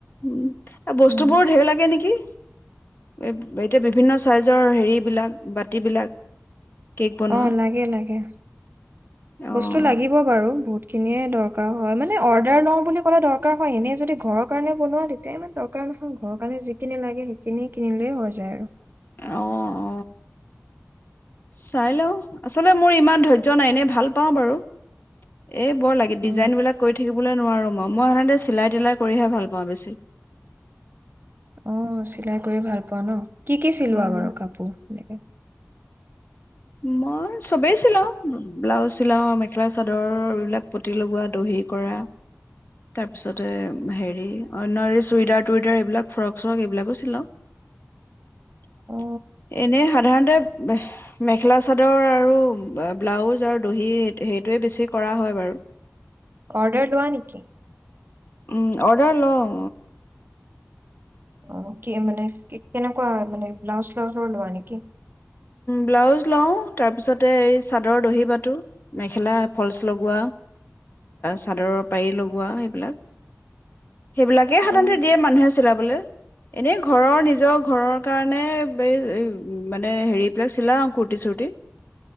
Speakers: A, on the left (about 45°); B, on the right (about 45°).
A: উম। বস্তু
B: উম
A: বোৰো ধেৰ লাগে নেকি? <unintelligible> এতিয়া বিভিন্ন ছাইজৰ হেৰিবিলাক বাতিবিলাক। কেক বনোৱা
B: অ লাগে লাগে
A: অঁ
B: বস্তু লাগিব বাৰু বুত খিনিয়ে দৰকাৰ হয় মানে অৰ্ডাৰ লওঁ বুলি ক'লে দৰকাৰ হয় এনেই যদি ঘৰৰ কাৰনেে বনোৱা তেতিয়া ইমান দৰকাৰ নহয় ঘৰৰ কাৰণে যিখিনি লাগে সেইখিনি কিনিলে হৈ যায় আৰু
A: অ অ চাই লওঁ আচলতে মোৰ ইমান ধৈৰ্য্য নাই এনে ভাল পাওঁ বাৰু এই বৰ লাগে
B: অ
A: ডিজাইনবিলাক কৰি থাকিবলৈ নোৱাৰোঁ মই অ মই সাধাৰণতে চিলাই তিলাই কৰিহে ভাল পাওঁ বেছি
B: অ চিলাই কৰিয় ভাল পোৱা ন কি কি চিলোৱা
A: উম,
B: বাৰু কাপোৰ এনেকে
A: মই চবেই চিলাওঁ ব্লাউজ চিলাওঁ মেখেলা চাদৰ এইবিলাক পতি লগোৱা দহি কৰা তাৰপিছতে হেৰি অন্য চুৰিডাৰ টুৰিডাৰ এইবিলাক ফ্ৰক চৰক এইবিলাকো চিলাওঁ
B: অ
A: এনে সাধাৰণতে মেখেলা চাদৰ আৰু ব্লাউজ আৰু দহি সেইটোৱেই বেছি কৰা হয় বাৰু
B: অৰ্ডাৰ লোৱা নেকি
A: উম অৰ্ডাৰ লওঁ
B: অ কি মানে কেনেকুৱা মানে ব্লাউজ চ্লাউজৰ লোৱা নেকি
A: ব্লাউজ লওঁ তাৰপিছতে এই চাদৰৰ দহি পাতো মেখেলা ফলচ লগোৱাা চাদৰৰ পাৰি লগোৱা সেইবিলাক সেইবিলাকে সাধাৰণতে
B: অ',
A: দিয়ে মানুহে চিলাবলৈ এনেই ঘৰৰ নিজৰ ঘৰৰ কাৰণে এই মানে মানে হেৰিবিলাক চিলা অ কুুৰ্তি চূুৰটি